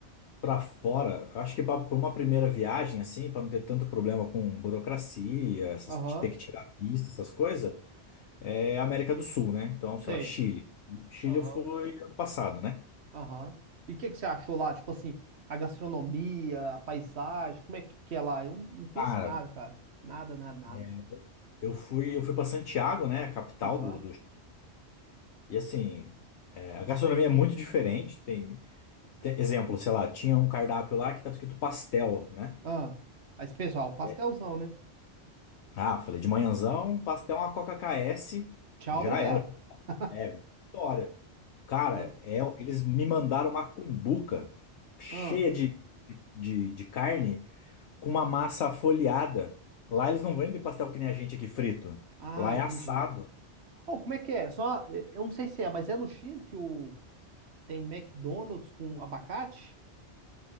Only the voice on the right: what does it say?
Aham,
sei.
Aham,
aham. E o que que você achou lá? Tipo assim, a gastronomia, a paisagem, como é que é lá? Eu não não conheço
nada, cara. Nada, nada, nada.
Aham.
Ah. Aí, pessoal, pastelzão,
né?
Tchau,
obrigado.
<laughs>
Ah,
ah,
Ah,
entendi.
Oh, como é que é? Só, eu eu não sei se é, mas é no Chile que o tem McDonald's com abacate?